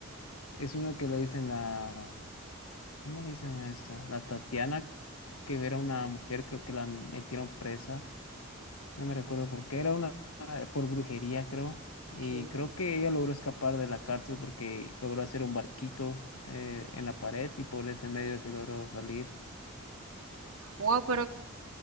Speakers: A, on the left (about 85°); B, on the right (about 75°).
A: es uno que le dicen la, ¿cómo le dicen a esta? La Tatiana, que era una mujer, creo que la metieron presa, no me recuerdo por qué, era una, eh, por brujería, creo. Y
B: ¿Qué?
A: creo que ella logró escapar de la cárcel porque logró hacer un barquito eh, en la pared y por ese medio se logró salir.
B: Wow, pero